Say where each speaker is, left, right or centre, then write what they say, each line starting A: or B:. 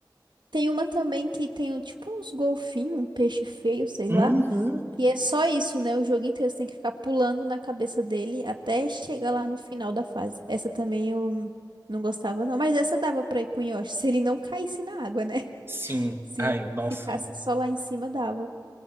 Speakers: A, on the right; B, on the right.
A: Tem uma também que tem um- tipo uns golfinhos, um peixe feio, sei
B: Uhum,
A: lá. E é só isso, né? O jogo inteiro você tem que ficar pulando na cabeça dele até chegar lá no final da fase. Essa também eu não gostava, não. Mas essa dava pra ir com o Yoshi, se ele não caísse na água, né?
B: sim.
A: <laughs> Se
B: Ai, nossa.
A: ficasse só lá em cima, dava.